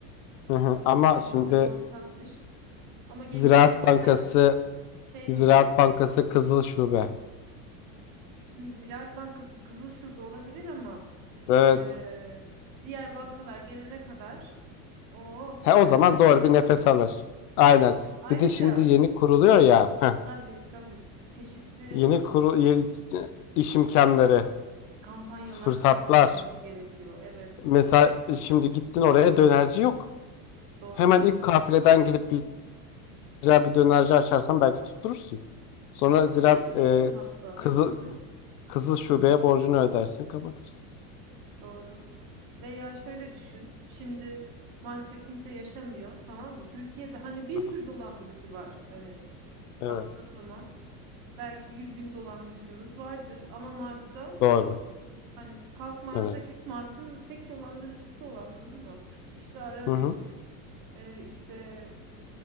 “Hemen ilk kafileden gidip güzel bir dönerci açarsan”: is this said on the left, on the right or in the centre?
Left